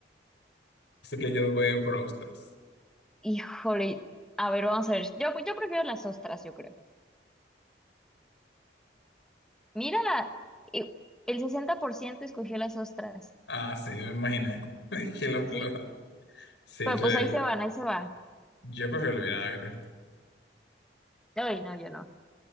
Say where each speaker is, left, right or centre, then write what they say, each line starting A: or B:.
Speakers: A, on the left (about 80°); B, in the centre.
A: Así que yo voy por ostras.
B: Híjole, a ver, vamos a ver. Yo, yo prefiero las ostras, yo creo. Mira, y- el 60% escogió las ostras,
A: Ah, sí, me imaginé. <laughs> Es que lo-
B: sí.
A: lo- Sí,
B: Pero
A: es que
B: pues ahí se van, ahí se van.
A: yo prefiero el vinagre.
B: Ay, no, yo no.